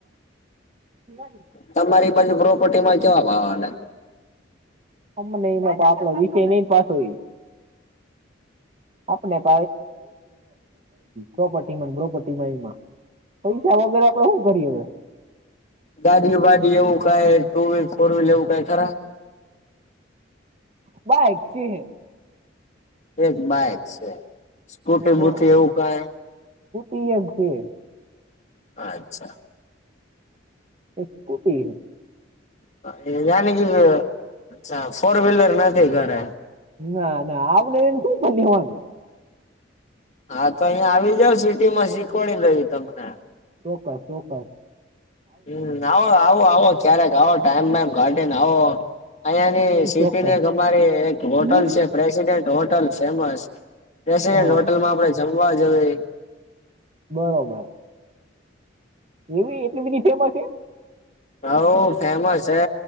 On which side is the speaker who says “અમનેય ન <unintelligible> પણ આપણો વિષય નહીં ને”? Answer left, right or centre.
Right